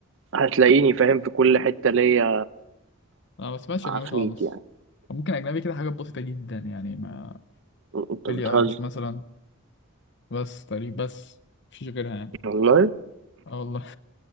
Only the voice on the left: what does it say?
انا ما بسمعش
اجنبي خالص
ممكن اجنبي كده حاجات بسيطه جدا يعني ما
بيلي
ايليش مثلا بس تقريبا بس مفيش غيرها يعني
اه والله <laughs>